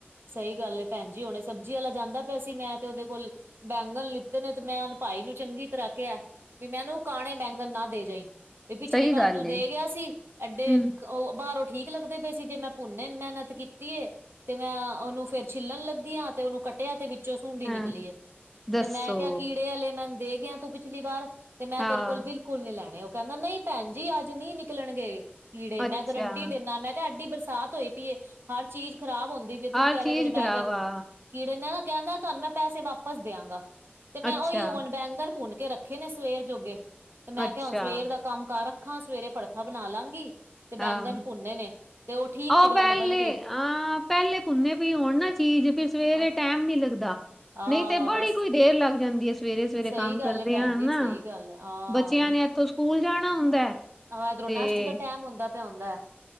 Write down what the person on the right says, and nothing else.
ਸਹੀ ਗੱਲ ਹੈ ਭੈਣ ਜੀ ਹੁਣੇ ਸਬਜ਼ੀ ਵਾਲਾ ਜਾਂਦਾ ਪਿਆ ਸੀ। ਮੈਂ ਤੇ ਉਹਦੇ ਕੋਲ ਬੈਂਗਣ ਲਿੱਤੇ ਨੇ ਤੇ ਮੈਂ ਭਾਈ ਨੂੰ ਚੰਗੀ ਤਰ੍ਹਾਂ ਕਿਹਾ ਵੀ ਮੈਂਨੂੰ। ਕਾਣੇ ਬੈਂਗਣ ਨਾ ਦੇ ਜਾਈ ਵੀ ਪਿਛਲੀ
ਵਾਰ
ਤੂੰ ਦੇ
ਗਿਆ ਸੀ। ਐਡੇ-
ਉਹ ਬਾਹਰੋਂ ਠੀਕ ਲੱਗਦੇ ਪਏ ਸੀ ਜੇ ਮੈਂ ਭੁਨੇ ਮਿਹਨਤ ਕੀਤੀ ਏ। ਤੇ ਮੈਂ ਉਹਨੂੰ ਫੇਰ ਛਿੱਲਣ ਲੱਗੀ ਹਾ ਤੇ ਉਹਨੂੰ ਕੱਟਿਆ। ਤੇ ਵਿਚੋਂ ਸੁੰਡੀ
ਨਿਕਲੀ ਏ
ਤੇ ਮੈਂ ਕਿਹਾ ਕੀੜੇ ਆਲੇ ਮੈਨੂੰ ਦੇ ਗਿਆ ਤੂੰ ਪਿਛਲੀ ਵਾਰ ਤੇ ਮੈਂ
ਤੇਰੇ ਕੋਲ ਬਿਲਕੁਲ ਨੀ ਲੈਣੇ ਉਹ ਕਹਿੰਦਾ ਨਹੀਂ ਭੈਣ ਜੀ ਅੱਜ ਨਹੀਂ ਨਿਕਲਣ ਗੇ। ਕੀੜੇ
ਮੈਂ ਗਰੰਟੀ ਦਿੰਦਾ ਮੈਂ ਕਿਹਾ ਐਡੀ ਬਰਸਾਤ ਹੋਈ ਪਈਏ ਹਰ ਚੀਜ਼ ਖਰਾਬ ਹੁੰਦੀ। ਤੂੰ
ਕਹਿ ਰਿਹਾ
ਤੇਰੇ ਬੈਂਗਣ।
ਕੀੜੇ ਨੇ ਕਹਿੰਦਾ ਤੁਹਾਨੂੰ ਮੈਂ ਪੈਸੇ ਵਾਪਸ ਦਿਆਂਗਾ ਤੇ ਮੈਂ
ਉਹ ਹੁਣ ਬੈਂਗਰ ਭੁਨ ਕੇ ਰੱਖ। ਰੱਖੇ ਨੇ ਸਵੇਰ ਜੋਗੇ ਤੇ ਮੈਂ
ਕਿਹਾ ਹੁਣ ਸਵੇਰ ਦਾ ਕੰਮ ਕਰ ਰੱਖਾਂ ਸਵੇਰੇ ਭੜਥਾ ਬਣਾ ਲਾਂਗੀ। ਤੇ ਬੈਂਗਨ
ਭੁੰਨੇ ਨੇ ਤੇ ਉਹ ਠੀਕ
ਨਿਕਲੇ
ਨੇ ਬਲਕਿ।
ਹਾਂ
ਹਾਂ
ਬਸ
ਸਹੀ
ਗੱਲ
ਹੈ ਭੈਣ
ਜੀ ਸਹੀ ਗੱਲ ਹੈ ਹਾਂ
ਹਾਂ ਇਧਰੋਂ
ਨਾਸ਼ਤੇ ਦਾ ਟਾਈਮ ਹੁੰਦਾ ਪਿਆ ਹੁੰਦਾ।